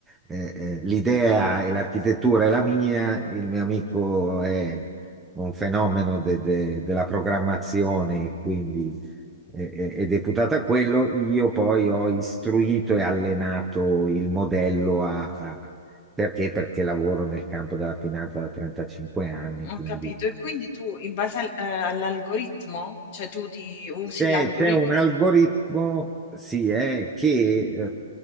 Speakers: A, in the centre; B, on the left.
A: eh, eh, l'idea e l'architettura è la mia, il mio amico è un fenomeno de- de- della programmazione, quindi eh, eh, è deputato a quello. Io poi ho istruito e allenato il modello a, a- perché? Perché lavoro nel campo della finanza da 35 anni,
B: Ho
A: quindi
B: capito. E quindi tu, in base al- eh, all'algoritmo, cioè tu ti usi
A: C'è
B: l'algoritmo?
A: c'è un algoritmo, sì, eh, che